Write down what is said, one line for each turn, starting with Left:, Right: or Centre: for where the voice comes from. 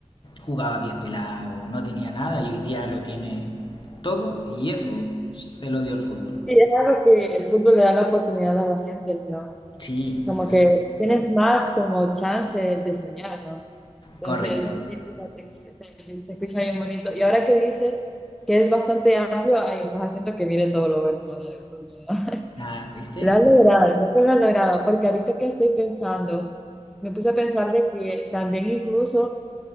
Left: jugaba pies pelados, no tenía nada y hoy día lo tiene todo y eso se lo dio el fútbol.
Centre: Sí, es algo que el fútbol le da la oportunidad a la gente, ¿no?
Left: Sí,
Centre: Como
Left: ¿verdad?
Centre: que tienes más como chance de soñar, ¿no? Entonces,
Left: correcto.
Centre: sí, fíjate que se, se escucha bien bonito. Y ahora que dices que es bastante amplio, ahí estás haciendo que mire todo lo bueno ahora del fondo, ¿no?
Left: Ah, ¿viste?
Centre: Lo has logrado, creo que lo has logrado, porque ahorita que estoy pensando, me puse a pensar de que también incluso